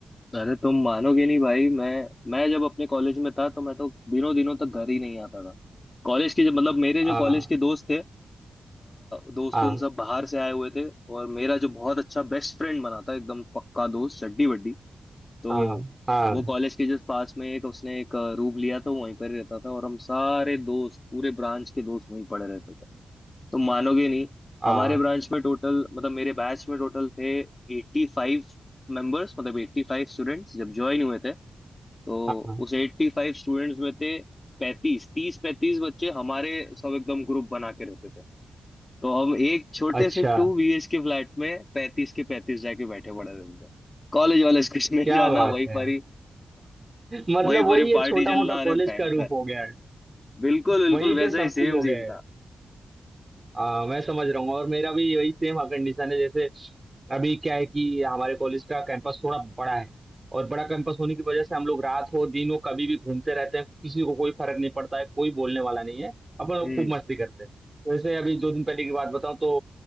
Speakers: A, on the left; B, on the right.
A: तो अरे तुम मानोगे नहीं भाई मैं मैं जब अपने कॉलेज में था तो मैं तो दिनों दिनों तक घर ही नहीं आता था कॉलेज के जब मतलब मेरे
B: हाँ
A: जो कॉलेज के दोस्त थे आ, दोस्त
B: हाँ
A: उन सब बाहर से आए हुए थे और मेरा जो बहुत अच्छा बेस्ट फ्रेंड बना था एकदम पक्का दोस्त चड्डी बड्डी तो
B: हाँ हाँ
A: वो कॉलेज के जस्ट पास में एक उसने एक रूम लिया था वो वहीं पर ही रहता था और हम सारे दोस्त पूरे ब्रांच के दोस्त वहीं पड़े रहते थे तो मानोगे नहीं
B: हाँ
A: हमारे ब्रांच में टोटल मतलब मेरे बैच में टोटल थे एट्टी फाइव मेंबर्स मतलब एट्टी फाइव स्टूडेंट्स जब ज्वाइन हुए थे तो
B: हाँ हाँ
A: उस एट्टी फाइव स्टूडेंट्स में थे पैंतीस तीस पैंतीस बच्चे हमारे सब एकदम ग्रुप बना के रहते थे तो हम एक छोटे
B: अच्छा
A: से टू बीएच के फ्लैट में पैंतीस के पैंतीस जाके बैठे पड़े रहते थे कॉलेज वॉलेज कुछ नहीं
B: क्या
A: <laughs> जाना
B: बात
A: वहीं
B: है
A: पर ही
B: मतलब
A: वहीं पर
B: वही
A: ही पार्टी
B: एक छोटा
A: चलना
B: मोटा
A: अरे
B: कॉलेज
A: भयंकर
B: का रूप हो गया है
A: बिल्कुल बिल्कुल
B: वहीं
A: वैसा
B: पे सब
A: ही सेम
B: कुछ हो गया
A: सीन
B: है
A: था
B: आ, मैं समझ रहा हूँ और मेरा भी यही सेम कंडीशन है जैसे अभी क्या है कि हमारे कॉलेज का कैंपस थोड़ा बड़ा है और बड़ा कैंपस होने की वजह से हम लोग रात हो दिन हो कभी भी घूमते रहते हैं किसी को कोई फर्क नहीं पड़ता है कोई बोलने वाला नहीं है अपन लोग
A: हम्म
B: खूब मस्ती करते हैं तो ऐसे अभी दो दिन पहले की बात बताऊं तो